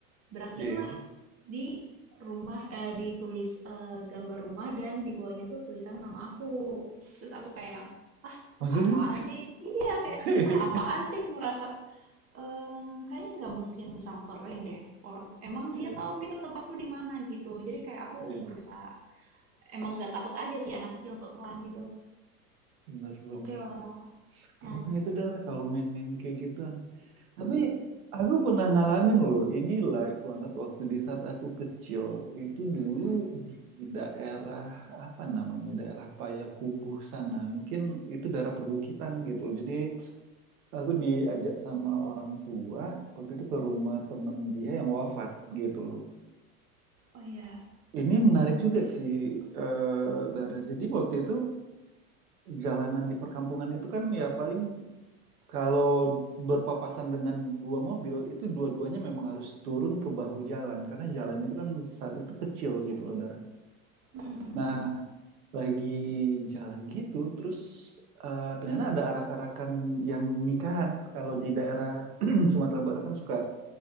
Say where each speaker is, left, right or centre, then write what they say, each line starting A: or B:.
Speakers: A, on the right (about 30°); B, on the right (about 75°).
A: berakhirlah
B: iya.
A: di rumah eh, ditulis eh, gambar rumah dan di bawahnya tuh tulisan nama aku terus aku kayak yang ah
B: Masa
A: apaan
B: sih?
A: sih iya kayak
B: <laughs>
A: ah apaan sih ngerasa em, kayaknya nggak mungkin disamperin deh orang emang
B: Iya,
A: dia tahu gitu tempatku di mana gitu jadi kayak aku
B: iya.
A: berusaha emang nggak takut aja sih anak kecil sok-sokan gitu
B: Benar-benar.
A: oke lah
B: Serem
A: nah
B: itu darah kalau main-main kayak gituan. Tapi aku pernah ngalamin loh, ini live banget waktu di saat aku kecil. Itu
A: mm-mm.
B: dulu di daerah apa namanya? Daerah Payakumbuh sana. Mungkin itu daerah perbukitan gitu loh. Jadi aku diajak sama orang tua waktu itu ke rumah temen dia yang wafat gitu loh.
A: oh ya
B: Ini menarik juga
A: terus
B: sih,
A: gimana Pak?
B: eh
A: Mm,
B: Dara. Jadi waktu itu jalanan di perkampungan itu kan ya paling Kalau berpapasan dengan dua mobil itu dua-duanya memang harus turun ke bahu jalan karena jalan itu kan saat itu kecil gitu loh Dara.
A: mm,
B: Nah, lagi jalan gitu terus eh, ternyata ada arak-arakan yang nikahan. Kalau di daerah <clears throat> Sumatera Barat kan suka